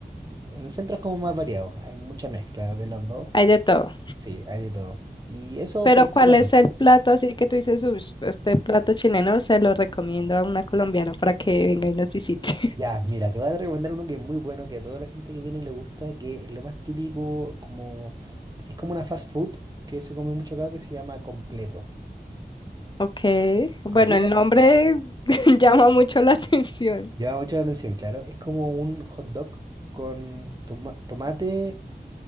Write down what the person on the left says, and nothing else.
Hay de todo.
Pero
¿cuál es el plato así que tú dices, uff, este plato chileno se lo recomiendo a una colombiana para que venga y nos visite?
<laughs>
Ok, bueno,
el nombre <laughs> llama mucho la atención.